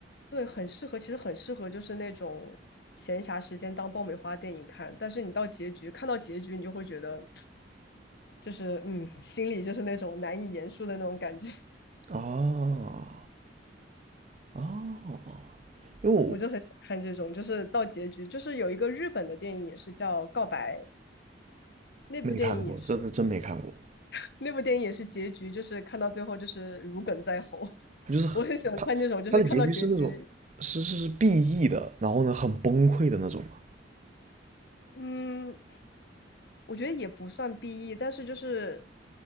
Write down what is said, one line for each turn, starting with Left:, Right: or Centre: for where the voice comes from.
Left: 对，很适合，其实很适合就是那种闲暇时间当爆米花电影看。但是你到结局看到结局，你就会觉得就是嗯，心里就是那种难以言述的那种感觉。
Right: 啊哦，因为我
Left: 我就很想看这种，就是到结局，就是有一个日本的电影也是叫《告白》，那部电影也是，
Right: 没看过，这是真没看过。
Left: <laughs> 那部电影也是结局，就是看到最后就是如鲠在喉。
Right: 他就是很他他的结局是那种是是是
Left: <laughs> 我很喜欢看这种，就是看到结局，
Right: BE 的，然后呢很崩溃的那种嘛。
Left: 嗯，我觉得也不算 BE，但是就是